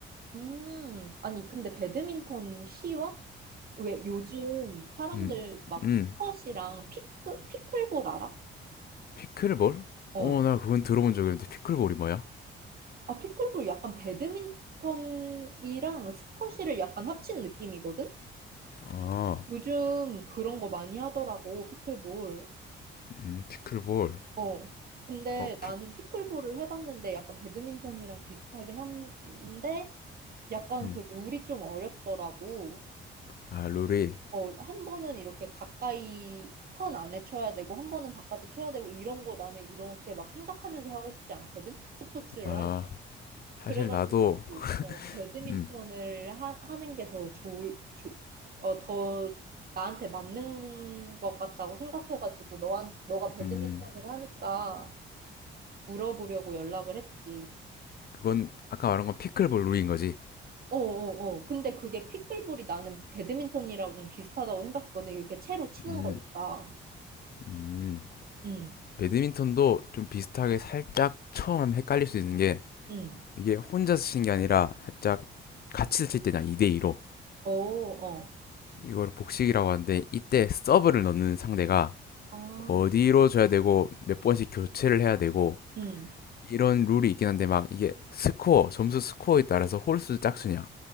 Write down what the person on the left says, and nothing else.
음
음,
피클볼?
어, 나 그건 들어본 적이 있는데 피클볼이 뭐야?
아,
음, 피클볼.
어, 피,
음.
아, 룰이.
아,
사실 나도,
음,
음,
그건 아까 말한 건 피클볼 룰인 거지.
음,
음.
배드민턴도 좀 비슷하게 살짝 처음 하면 헷갈릴 수 있는 게
이게 혼자서 치는 게 아니라 살짝 같이 칠 때냐 2대2로
이걸 복식이라고 하는데 이때 서브를 넣는 상대가
어디로 줘야 되고 몇 번씩 교체를 해야 되고
이런 룰이 있긴 한데 막 이게 스코어 점수 스코어에 따라서 홀수 짝수냐